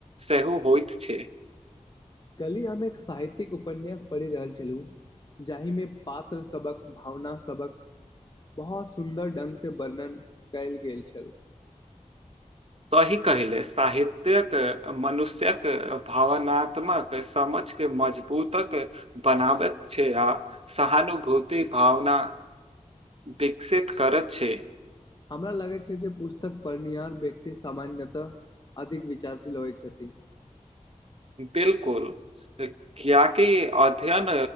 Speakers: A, on the right; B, on the left.
A: सेहो होएत छै।
B: कल्हि हम एक स साहित्यिक उपन्यास पढ़ि रहल छलहु, जाहिमे पात्र सबक भावना सबक बहोत सुन्दर ढ़ंग से वर्णन कैल गेल छल।
A: सही कहै लै साहित्यक मनुष्य्क भावनात्मक समझ के मजबूतक बनाबैत छै आ सहानुभूति भावना विकसित करत छै।
B: हमरा लागै छै जे पुस्तक पढ़निहार व्यक्ति सामान्यतः अधिक विचारशील होय छथि।
A: बिल्कुल कियाकि अध्ययन